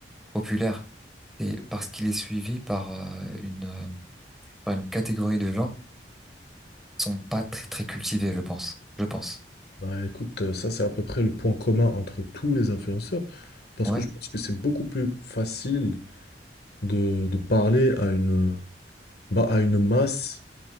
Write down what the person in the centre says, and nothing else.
populaire? C'est parce qu'il est suivi par euh, une, euh, par une catégorie de gens qui sont pas très, très cultivés, je pense. Je pense.
Ouais.